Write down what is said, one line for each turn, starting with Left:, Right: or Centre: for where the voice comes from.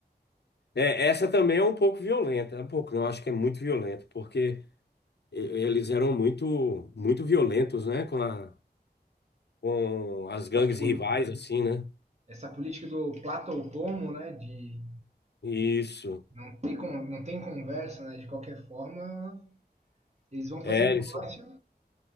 Left: É, essa também é um pouco violenta, um pouco, não, acho que é muito violenta, porque e- eles eram muito, muito violentos, né, com a, com as gangues
Right: Essa, poli-
Left: rivais, assim, né?
Right: essa política do plata ou pomo, né? De
Left: Isso.
Right: não tem con- não tem conversa, né? De qualquer forma, eles vão
Left: É,
Right: fazer negócio.
Left: eles